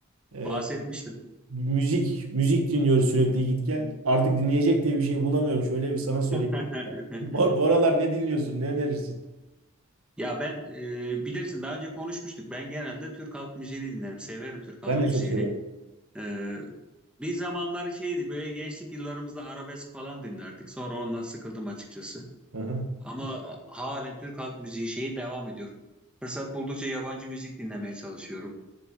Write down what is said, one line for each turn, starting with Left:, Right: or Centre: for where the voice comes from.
Right: Ee,
Centre: bahsetmiştim.
Right: müzik müzik dinliyoruz sürekli git gel. Artık dinleyecek de bir şey bulamıyorum. Şöyle bir sana sorayım.
Centre: <laughs>
Right: <laughs> Bu, bu aralar ne dinliyorsun? Ne önerirsin?
Centre: Ya ben e, bilirsin daha önce konuşmuştuk. Ben genelde Türk halk müziğini dinlerim. Severim Türk halk
Right: Ben de
Centre: müziğini.
Right: çok severim.
Centre: E, bir zamanlar şeydi böyle gençlik yıllarımızda arabesk falan dinlerdik. Sonra ondan sıkıldım açıkçası.
Right: Hı hı.
Centre: Ama halen Türk halk müziği şeyi devam ediyorum. Fırsat buldukça yabancı müzik dinlemeye çalışıyorum.